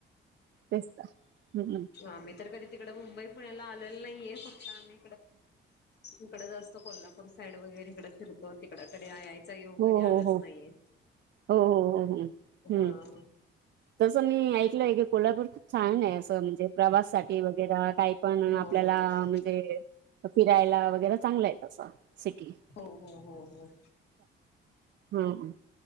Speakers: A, on the right; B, on the left.
A: तेच तर. हम्म.
B: आम्ही तर कधी तिकड मुंबई पुण्याला आलेल नाहीये फक्त आम्ही इकडं जास्त तो कोल्हापूर साईड वगैरे इकडे फिरतो तिकड तरी आय आय सहयोग
A: हो
B: कधी
A: हो
B: आलाच
A: हो
B: नाहीये
A: हो हो हो हो हम्म
B: हा ह.
A: तसं मी ऐक कोल्हापूर खूप छान आहे असं म्हणजे प्रवास साठी वगैरे काही पण
B: हो
A: आपल्याला. ते फिरायला वगैरे चांगला आहे, तसं सिटी.
B: हो हो हो हो.
A: हम.